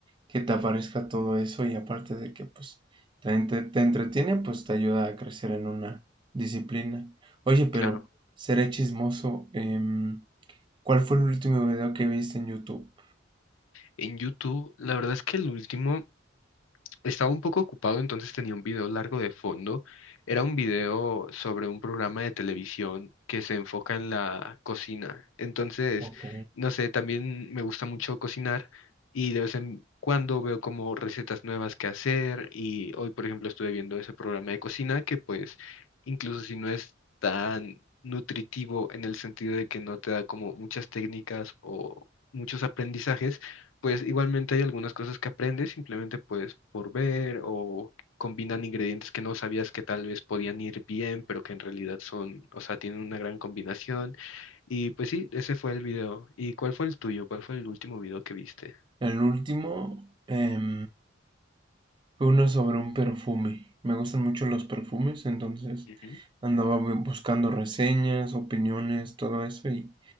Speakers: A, on the right; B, on the left.
A: que te aparezca todo eso y aparte de que pues te, entre- te entretiene, pues te ayuda a crecer en una disciplina. Oye, pero
B: claro.
A: seré chismoso. em, ¿cuál fue el último video que viste en YouTube?
B: En YouTube, la verdad es que el último Estaba un poco ocupado, entonces tenía un video largo de fondo. Era un video sobre un programa de televisión que se enfoca en la cocina. Entonces,
A: Ok.
B: no sé, también me gusta mucho cocinar y de vez en cuando veo como recetas nuevas que hacer y hoy, por ejemplo, estuve viendo ese programa de cocina que pues, incluso si no es tan nutritivo en el sentido de que no te da como muchas técnicas o muchos aprendizajes, pues igualmente hay algunas cosas que aprendes simplemente pues por ver o combinan ingredientes que no sabías que tal vez podían ir bien, pero que en realidad son, o sea, tienen una gran combinación. Y pues sí, ese fue el video. ¿Y cuál fue el tuyo? ¿Cuál fue el último video que viste?
A: El último, em, Fue uno sobre un perfume. Me gustan mucho los perfumes, entonces
B: Ujú,
A: andaba bu- buscando reseñas, opiniones, todo eso y,